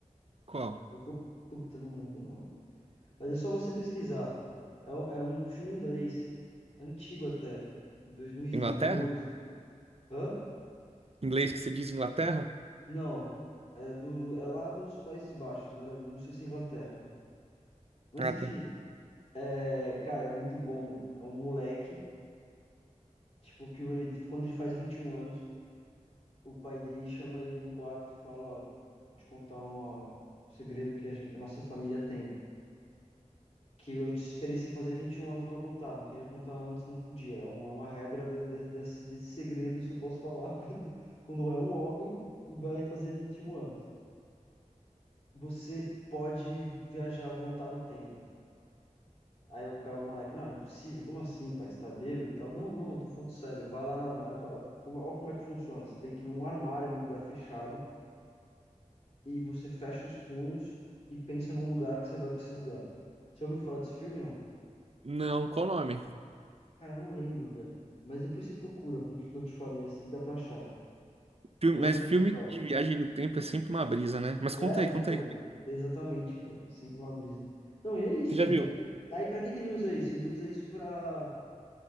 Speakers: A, on the right; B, on the left.
A: Qual?
B: Eu vou. Puta, eu não lembro o nome. Mas é só você pesquisar. É, um- é um filme inglês. Antigo até. 2012.
A: Inglaterra?
B: Hã?
A: Inglês que você diz Inglaterra?
B: Não. É, do, é lá dos Países Baixos, né? Eu Não sei se é Inglaterra. Mas
A: Ah,
B: enfim,
A: tá.
B: é, cara, é muito bom, mano. É um moleque. Tipo, que ele, quando ele faz 21 anos, o pai dele chama ele no quarto e fala, ó, vou te contar uma, um segredo que a gente- a nossa família tem. Que eu esperei você fazer 21 anos pra contar, não queria contar antes, não podia. É um- é uma regra de- de- desse, desse segredo, só posso falar <laughs> quando, quando é um homem e vai fazer 21 anos. Você pode viajar, voltar no tempo. Aí o cara, o moleque, não, impossível, como assim, pai? Você tá bêbado e tal? Não, não, eu tô falando sério. Vai lá no armário, co- como, olha como é que funciona. Você tem que ir num armário, num lugar fechado, e você fecha os punhos e pensa num lugar que você vai pra esse lugar. Você ouviu falar desse filme, não?
A: Não, qual o nome?
B: Cara, eu não lembro, velho. Mas depois você procura com o que que eu te falei, assim dá pra achar.
A: Filme-
B: Mas
A: mas
B: é muito
A: filme
B: legal.
A: de viagem no tempo é sempre uma brisa, né? Mas conta
B: É,
A: aí,
B: então,
A: conta aí.
B: exatamente, velho. Assim como uma brisa. Não, e é isso.
A: Você já
B: E
A: viu?
B: aí, aí pra que que ele usa isso? Ele usa isso pra,